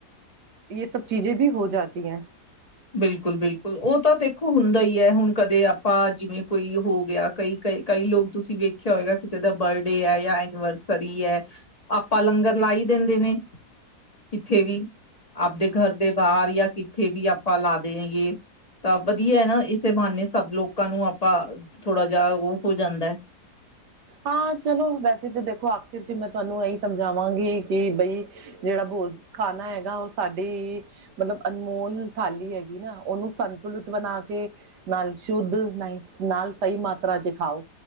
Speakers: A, on the right; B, on the left.
A: ਇਹ ਸਭ ਚੀਜ਼ੇ ਵੀ ਹੋ ਜਾਤੀ ਹੈਂ।
B: ਬਿਲਕੁਲ -ਬਿਲਕੁਲ ਉਹ ਤਾਂ ਦੇਖੋ ਹੁੰਦਾ ਹੀ ਹੈ ਹੁਣ ਕਦੇ ਆਪਾਂ ਜਿਵੇਂ ਕੋਈ ਹੋ ਗਿਆ ਕਈ ਕਈ ਲੋਕ ਤੁਸੀਂ ਵੇਖਿਆ ਹੋਏਗਾ ਕਿਸੇ ਦਾ ਬਰਡੇ ਹੈ ਜਾਂ ਐਨੀਵਰਸਰੀ ਹੈ ਆਪਾਂ ਲੰਗਰ ਲ ਆਈ ਦਿੰਦੇ ਨੇ ਕਿੱਥੇ ਵੀ ਆਪਦੇ ਘਰ ਦੇ ਬਾਹਰ ਜਾਂ ਕਿੱਥੇ ਵੀ ਆ ਆਪਾਂ ਲਾ ਦੇਗੇ ਹੇਗੇ। ਤਾਂ ਵਧੀਆ ਹੈ ਨਾ ਇਸੇ ਬਹਾਨੇ ਸਭ ਲੋਕਾਂ ਨੂੰ ਆਪਾਂ ਥੋੜਾ ਜਿਹਾ ਉਹ ਹੋ ਜਾਂਦਾ ਹੈ।
A: ਹਾਂ ਚਲੋ ਵੈਸੇ ਤਾਂ ਦੇਖੋ ਆਖਿਰ 'ਚ ਮੈਂ ਤੁਹਾਨੂੰ ਇਹੀ ਸਮਝਾਵਾਂਗੀ ਕਿ ਬਈ ਜਿਹੜਾ ਉਹ ਖਾਣਾ ਹੈਗਾ ਉਹ ਸਾਡੀ ਮਤਲਬ ਅਨਮੋਲ ਥਾਲੀ ਹੈਗੀ ਨਾ ਉਹਨੂੰ ਸੰਤੁਲਿਤ ਬਣਾ ਕੇ ਨਾਲ ਸ਼ੁੱਧ ਨਾਲ ਨਹੀਂ ਸਹੀ ਮਾਤਰਾ 'ਚ ਖਾਓ।